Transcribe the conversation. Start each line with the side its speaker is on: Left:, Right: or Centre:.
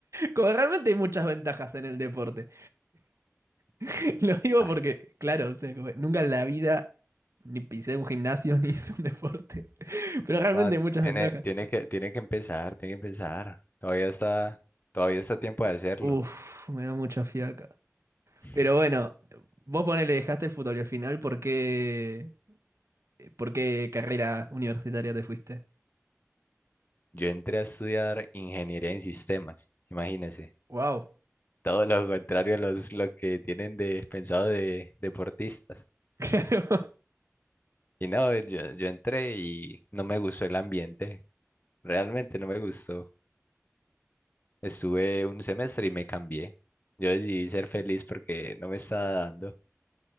Right: Como realmente hay muchas ventajas en el deporte. <laughs> Lo digo
Left: ah,
Right: porque, claro, o sea, como nunca en la vida ni pisé un gimnasio ni <laughs> hice un deporte. Pero realmente
Left: no,
Right: hay
Left: t-
Right: muchas
Left: tiene,
Right: ventajas.
Left: tiene que, tiene que empezar, tiene que empezar. Todavía está, todavía está a tiempo de hacerlo.
Right: Uf, me da mucha fiaca.
Left: <laughs>
Right: Pero bueno, vos ponele, dejaste el fútbol y al final, ¿por qué, por qué carrera universitaria te fuiste?
Left: Yo entré a estudiar ingeniería en sistemas, imagínense.
Right: Wow. <laughs>
Left: Todo lo contrario a los, lo que tienen de, pensado de deportistas.
Right: Claro.
Left: Y no, yo, yo entré y no me gustó el ambiente. Realmente no me gustó. Estuve un semestre y me cambié. Yo decidí ser feliz porque no me estaba dando.